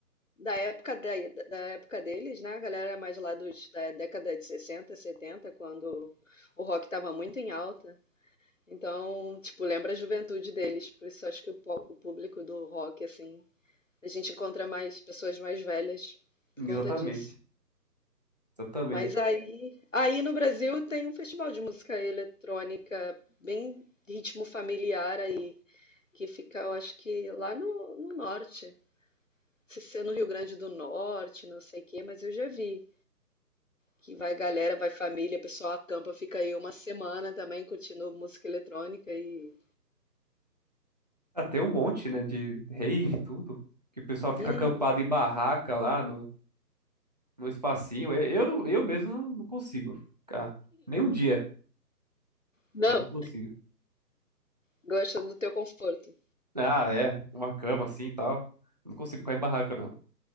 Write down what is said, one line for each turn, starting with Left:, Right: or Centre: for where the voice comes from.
Left: da época da, da época deles, né? A galera é mais lá dos, da década de 60 70 quando o rock estava muito em alta. Então, tipo, lembra a juventude deles. Por isso acho que o, po- o público do rock, assim, A gente encontra mais pessoas mais velhas
Right: Exatamente.
Left: por conta disso.
Right: Exatamente.
Left: Mas aí, aí no Brasil tem um festival de música eletrônica bem ritmo familiar aí, que fica, eu acho que lá no, no norte. Se ser no Rio Grande do Norte, não sei o quê, mas eu já vi que vai galera, vai família, o pessoal acampa, fica aí uma semana também curtindo música eletrônica e.
Right: Ah, tem um monte, né, de rave e tudo. Que o pessoal fica
Left: Hum,
Right: acampado em barraca lá no, no espacinho. Eu, eu, não- eu mesmo não não consigo ficar. Nem um dia.
Left: não,
Right: Não consigo.
Left: gosta do teu conforto.
Right: Ah, é. Uma cama assim e tal. Não consigo ficar em barraca, não.